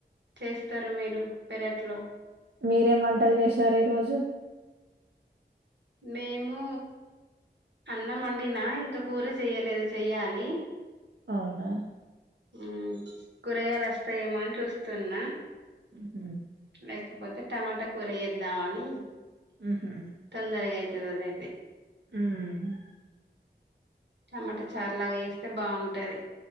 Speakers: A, on the right; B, on the right.
A: చేస్తరు మీరు పెరట్లో
B: మీరేం వంటలు చేశారు ఈ రోజు
A: మేము అన్నం వండిన ఇంకా కూర చెయ్యలేదు చెయ్యాలి
B: అవునా
A: మ్మ్ కూరగాయలు వస్తాయేమో అని చూస్తున్నా
B: హ్మ్ హు
A: లేకపోతే టమాటా కూర యేద్దామని
B: హ్మ్ హు
A: తొందరగా అయితది అదఅయితే
B: మ్మ్
A: టమాటా చారు లాగా ఏస్తే బాగుంటది